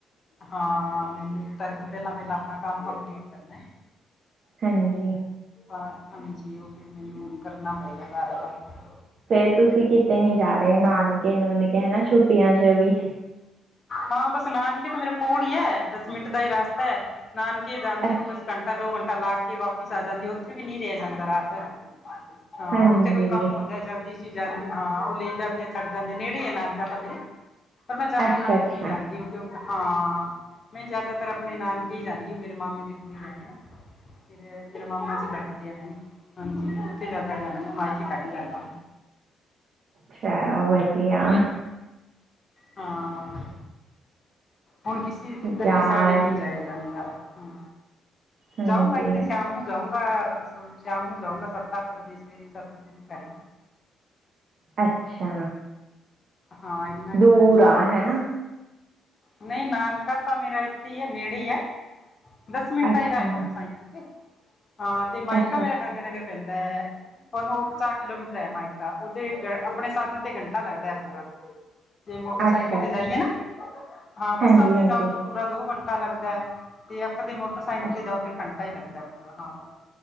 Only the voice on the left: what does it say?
ਹਾਂ ਮੈਨੂੰ ਇੱਕ ਤਾਰੀਖ ਤੋਂ ਪਹਿਲਾਂ ਪਹਿਲਾਂ ਆਪਣਾ ਕੰਮ ਕੰਪਲੀਟ ਕਰਨਾ ਹੈ?
ਹਾਂਜੀ ਉਹ ਫਿਰ ਮੈਨੂੰ ਕਰਨਾ ਪਏਗਾ। ਸਾਰਾ ਕੰਮ
ਹਾਂ ਬਸ ਨਾਨਕੇ ਤਾਂ ਮੇਰੇ ਕੋਲ ਹੀ ਹੈ ਦਸ ਮਿੰਟ ਦਾ ਹੀ ਰਾ ਸਤਾ ਹੈ? ਨਾਨਕੇ ਜਾਂਦੀ
ਹੋ ਬੱਸ ਘੰਟਾ ਦੋ ਘੰਟਾ। ਘੰਟਾ ਲਾ ਕੇ ਵਾਪਿਸ ਆ ਜਾਂਦੀ ਹੈ, ਉੱਥੇ ਵੀ ਨਹੀਂ ਰਿਹਾ ਜਾਂਦਾ ਰਾਤ। ਹਾਂ
ਉੱਥੇ ਕੋਈ ਕੰਮ ਹੁੰਦਾ ਜਲਦੀ ਸੀ, ਜਾਂਦੀ ਹਾਂ ਉਹ ਲੈ ਜਾਂਦੇ ਆ। ਛੱਡ ਜਾਂਦੇ ਨੇ, ਨੇੜੇ ਹੈ ਨਾਨਕਾ ਤਾਂ ਮੇਰੇ। ਪਰ ਮੈਂ ਜ਼ਿਆਦਾ
ਨਾਨਕੇ
ਜਾਦੀ ਹੂੰ, ਕਿਉਂਕਿ? ਹਾਂ, ਮੈਂ ਜਿਆਦਾਤਰ ਆਪਣੇ ਨਾਨਕੇ ਜਾਂਦੀ ਹੂੰ, ਮੇਰੇ ਮਾਮੇ ਦੀ ਕੁੜੀ ਆ ਰਹਿੰਦੀ ਹੈ ਨਾ। ਫਿਰ ਮੇਰੇ ਮਾਮਾ ਜੀ ਵਰਤਦੇ ਆ ਮੈਨੂੰ। ਹਾਂਜੀ, ਉੱਥੇ ਜਿਆਦਾ ਜਾਂਦੀ, ਮਾਈਕੇ ਘੱਟ ਈ ਜਾਂਦੀ
ਮਾਈ ਹਾਂ। ਹੁਣ ਕਿਸੀ ਵੀ ਕਿਧਰਲੀ
ਸਾਈਡ,
ਨਹੀਂ ਜਾਇਆ ਜਾਂਦਾ। ਹਮ
ਜਾਊਂ, ਮੈ ਇਕ ਦਿਨ, ਸ਼ਾਮ ਨੂੰ ਜਾਊੰ ਗਾ ਸ਼ਾਮ ਨੂੰ ਜਾਊਂਗਾ ਸੱਤ ਅੱਠ ਵਜੇ ਸਵੇਰੇ ਸੱਤ ਵਜੇ ਨੂੰ ਕਰੀ।
ਹਾਂ, ਇੰਨਾ ਕੁ
ਟਾਈਮ ਜਾਣਾ
ਬਸ।
ਨਹੀਂ ਨਾਨਕਾ, ਤਾਂ ਮੇਰਾ ਇੱਥੇ ਈ ਹੈ ਨੇੜੇ ਹੈ। ਦਸ ਮਿੰਟਾਂ
ਲੈ ਜਾਂਦੇ ਮੋਟਰਸਾਇਕਲ ਤੇ ਹਾਂ ਤੇ ਮਾਇਕਾ,
ਮੇਰਾ
ਗੰਗਾ ਨਗਰ ਪੈਂਦਾ ਹੈ,,, ਉਹਨੂੰ ਉਹ ਸਾਠ ਕਿਲੋਮੀਟਰ ਹੈ ਮਾਇਕਾ ਉਹਦੇ ਆਪਣੇ ਸਾਧਨ ਤੇ ਘੰਟਾ ਲੱਗਦਾ ਹੈ ਪੂਰਾ ਜੇ ਮੋਟਰਸਾਈਕਲ
ਤੇ ਜਾਈਏ ਨਾ ਹਾਂ ਬੱਸਾਂ
ਤੇ ਜਾਓ ਤ ਪੁੂਰਾ ਦੋ ਘੰਟਾ ਲੱਗਦਾ ਹੈ ਤੇ ਆਪਦੇ ਮੋਟਰਸਾਈਕਲ
ਤੇ ਜਾਓ, ਫਿਰ ਘੰਟਾ ਹੀ ਲੱਗਦਾ ਪੂਰਾ ਹਾਂ,